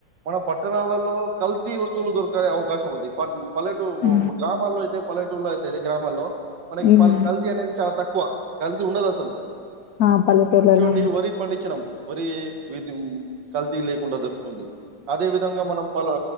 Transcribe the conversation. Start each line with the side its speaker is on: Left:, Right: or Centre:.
Right: మన పట్టణాలలో కల్ ప్రతి వస్తువులు దొరకే అవకాశం ఉంది ప పల్లెటూరు
Left: ఉ
Right: గ్రామాల్లో అయితే పల్లెటూరులో అయితే అతే గ్రామాల్లో మనకి
Left: ఉమ్
Right: పల్ కల్తీ అనేది చాలా తక్ క్కువ కల్ తి ఉండదసలు
Left: ఆ పల్లెటూర్లలో
Right: కుచ్చోండి
Left: ఉండవు.
Right: వరి పండిచ్చినం వరి విధిం కల్తీ లేకుండా దొరుకుతుంది అదే విధంగా మనం పలు